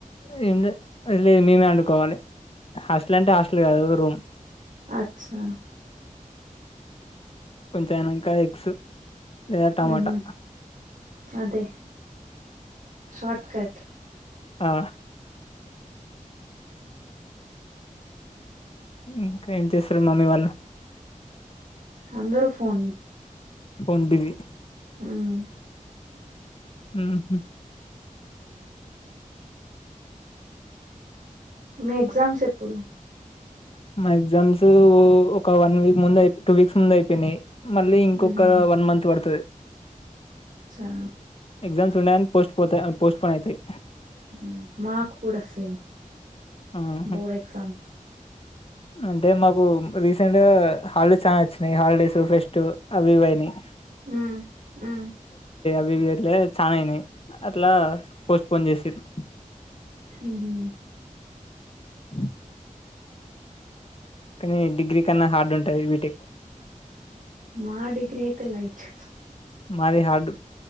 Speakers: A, on the left; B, on the right.
A: ఏంలే లే మేమే వండుకోవాలి హాస్ట ఇట్లాంటి హాస్టల్ కాదు రూమ్
B: అచ్చా
A: కొంచం ఎనక ఎగ్స్ లేదా టమాటా
B: ఉహు అదే షార్ట్కట్
A: ఆ ఇంకా ఏం చేస్తరు మమ్మీ వాళ్ళు
B: అందరు ఫోన్
A: ఫోన్ బిజీ
B: మ్
A: మ్ హు
B: మీ ఎగ్జామ్స్ ఎప్ ఎప్పుడు
A: మా ఎగ్జామ్స్ ఒక వన్ వీక్ ముందు అయిపో టూ వీక్స్ ముందు ఐపొయినాయ్ మళ్ళీ ఇంకొక
B: ఉహు
A: వన్ మంత్ పడతది
B: అచ్చా
A: ఎగ్జామ్స్ ఉన్నాయని పోస్ట్ పోతయి పోస్ట్పోన్ అయితాయ్
B: ఉమ్. మాకు కూడా సేమ్
A: ఆహా
B: బోర్డ్ ఎగ్జామ్
A: అంటే మాకు రీసెంట్ గా హాలిడేస్ చానా వచ్చినాయి హాలిడేస్ ఫెస్ట్ అవిఇవి అయినాయ్
B: మ్ మ్
A: వి వికెట్లే చానా అయినాయ్ అట్లా పోస్ట్పోన్ చేసిర్రు
B: మ్ హు
A: అ కానీ డిగ్రీ కన్నా హార్డ్ ఉంటది బీటెక్
B: మా డిగ్రీ అయితే లైట్
A: మాది హార్డ్